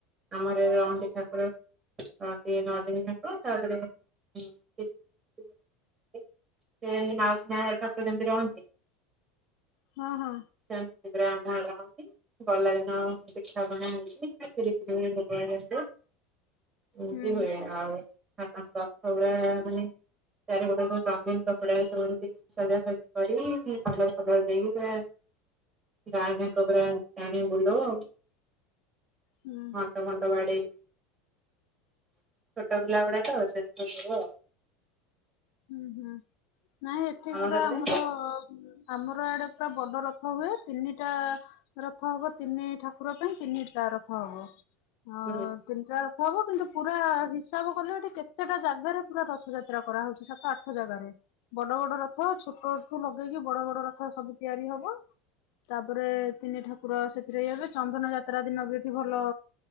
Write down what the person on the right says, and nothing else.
ଆମର ରହନ୍ତି ଠାକୁର ରହନ୍ତି ନଅଦିନି ହବ ତାପରେ ସେ ମାଉସୀ ମା ଘରେ ଠାକୁର ଯେମିତି ରହନ୍ତି
ସେମତି ପରା ଆମର ରହନ୍ତି। ଗଲା ଦିନ ଦିନ ପିଠା ପଣା ହେଇଛି ଖିରି ଫିରି ଭୋଗ ଏମତି
ହୁଏ ଆଉ ରଥ ଗୁରା ପୁଣି ଚାରିପଟେ ଗୋଟେ ରଙ୍ଗିନ ଜାମିନ କପଡା ଶୁଅନ୍ତି ସଜାସଜି କରି କଲର ଫଲର ଦେଇକି ପୁରା ଗାଁ ଜାକ ପୁରା ଟାଣି ବୁଲଉ ଆଉ ହଁ।
ସବୁ ଘଣ୍ଟ ବାଡେଇ ଛୋଟ ପିଲା ଗୁଡାକ ସେଥିପାଇଁ ସବୁ ଆଉ।
ତମ
ସେପଟେ
ହୁଁ